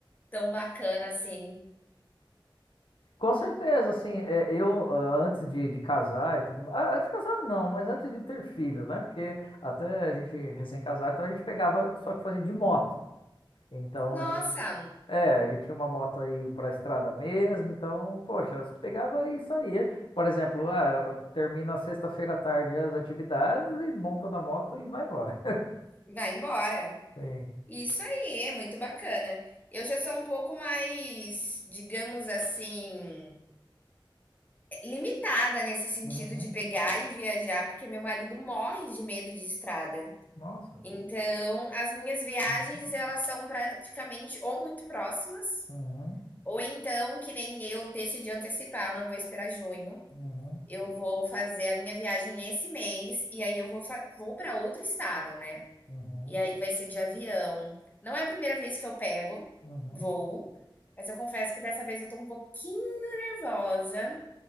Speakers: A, on the left; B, on the left.
A: tão bacana assim.
B: Com certeza, assim, é, eu ah, antes de, de casar e tudo mais, antes de casar não, mas antes de ter filho, né? Porque até a gente recém-casado, então a gente pegava, só que fazia de moto. Então
A: Nossa,
B: a gente, é, a gente tinha uma moto aí pra estrada mesmo, então, poxa, você pegava e saía. Por exemplo, ah, termina sexta-feira à tarde as atividades e monta na moto e vai embora.
A: vai embora.
B: Sim.
A: Isso aí, é muito bacana. Eu já sou um pouco mais, digamos assim, limitada nesse sentido
B: Uhum.
A: de pegar e viajar, porque meu marido morre de medo de estrada.
B: Nossa.
A: Então, as minhas viagens,
B: Uhum.
A: elas são praticamente ou muito próximas,
B: Uhum.
A: ou então, que nem eu decidi antecipar, eu não vou esperar junho.
B: Uhum.
A: Eu vou fazer a minha viagem esse mês, e aí eu vou, fa- vou para outro estado, né?
B: Uhum.
A: E aí vai ser de avião. Não é a primeira vez que eu pego
B: Uhum.
A: voo, mas eu confesso que dessa vez eu tô um pouquinho nervosa.